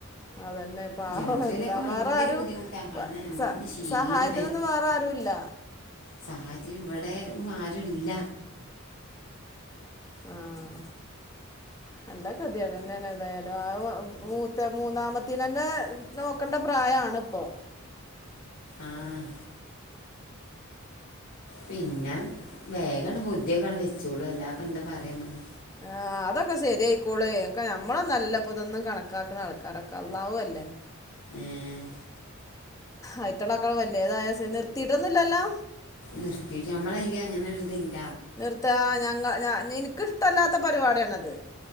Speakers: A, on the left (about 15°); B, on the left (about 80°).
A: അതന്നെ. പാവം
B: രാത്രിയിലൊക്കെ
A: എന്താ
B: ഭയങ്കര
A: വേറെ ആരും
B: ബുദ്ധിമുട്ടാണ് കാരണം നമുക്കുണ്ട്
A: സ
B: ക്ഷീണം
A: സഹായത്തിനൊന്നും വേറെആരുല്ല.
B: സാഹായ്ത്തിന് ഇവിടെ ഒന്നും ആരുല്ല.
A: ആഹ് നല്ല കത്യേടെന്നേണ് എന്തായാലും ആ മൂത്ത മൂന്നാമത്തിനെന്നെ നോക്കണ്ട പ്രായാണ് ഇപ്പൊ.
B: ആഹ് പിന്നെ വേഗണ്ട് ബുദ്ധിയൊക്കണ്ട് വെച്ചോളും അല്ലാപ്പന്താ പറയാ അമ്മള്.
A: ആഹ് അതൊക്കെ ശരിയായിക്കോളേ. നമ്മളൊന്നല്ലപ്പ ഇതൊന്നും കണക്കാക്കുന്ന ആൾക്കാരൊക്കെ അള്ളാഹുവല്ലേ.
B: ഏഹ്
A: ആയിറ്റള്ളക്കണ്ട് വല്ലേതായ സേ നിർത്തിട്ടൊന്നുല്ലല്ലോ.
B: നിർത്തിയിട്ട് നമ്മളയില് അങ്ങനെ ഒരുതില്ലേ.
A: നിർത്ത ഞങ്ങ ഇനിക്കിഷ്ടല്ലാത്ത പരിപാടിയാണത്.